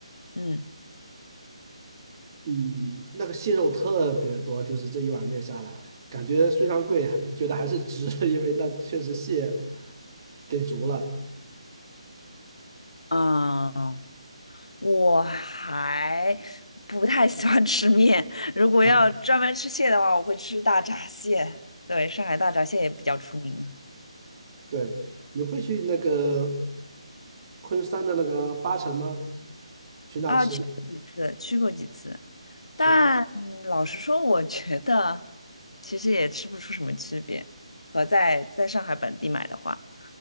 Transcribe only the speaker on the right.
嗯，那个蟹肉特别多，就是这一碗面下来，感觉虽然贵，还你觉得还是值，<laughs> 因为那确实蟹给足了。
啊。
对，你会去那个昆山的那个八城吗？去那吃？
就